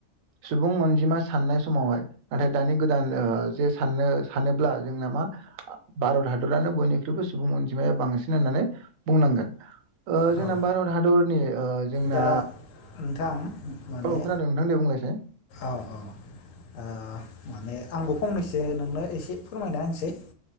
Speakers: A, on the right; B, on the left.
A: सुबुं अनजिमा साननाय समावहाय। नाथाय दानि गोदान ओ जे साननो सानोब्ला जोंना मा भारत हादरानो बयनिख्रुइबो सुबुं अनजिमाया बांसिन होननानै बुंनांगोन। ओ
B: औ
A: जोंना भारत हादरनि ओ जोंना
B: दा नोंथां माने
A: औ खोनादों नोंथां दे बुंलायसाय
B: औ औ। ओ। माने आंबो फंनैसो नोंनो एसे फोरमायना होनोसै।